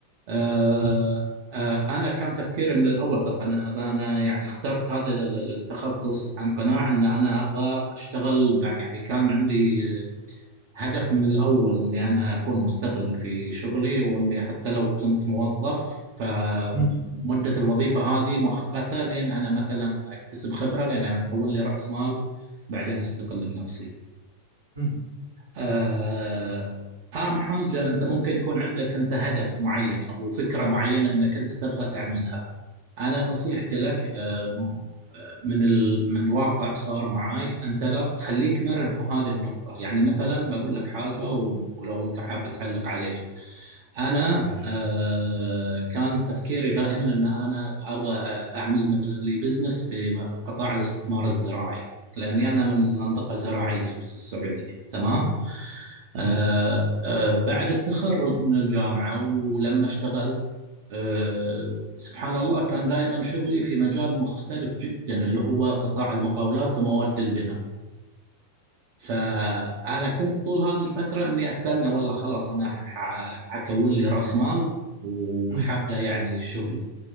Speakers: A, on the right (about 45°); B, on the right (about 75°).
A: آه
B: مم.
A: آه انا كان تفكيري من الاول طبعا انا أنا يعني اخترت هذا ال- ال- التخصص عن قناعه ان انا ابغى اشتغل بع- يعني كان عندي هدف من الاول اني انا اكون مستقل في شغلي واني حتى لو كنت موظف فمده
B: مم.
A: الوظيفه هذه مؤقته لين انا مثلا اكتسب خبره لين انا اكون لي راس مال بعدين استقل بنفسي.
B: مم.
A: آه، أهم حاجة أنت ممكن يكون عندك أنت هدف معين أو فكرة معينة أنك أنت تبغى تعملها أنا نصيحتي لك آه، من ال... من واقع صار معاي انت لا خليك مرن في هذه النقطه يعني مثلا بقول لك حاجه و... ولو انت حاب تعلق عليها انا
B: ماشي
A: آه، كان تفكيري دائما ان انا ابغى اعمل مثلا لي بزنس في قطاع الاستثمار الزراعي لاني انا من منطقه زراعيه من السعوديه تمام
B: ماشي
A: آه، آه، بعد التخرج من الجامعه ولما اشتغلت أه سبحان الله كان دائما شغلي في مجال مختلف جدا اللي هو قطاع المقاولات ومواد البناء فأنا كنت طول هذه الفترة أني أستنى والله خلاص أنا ح- حكون لي رأس مال وحبدأ
B: مم.
A: يعني شغلي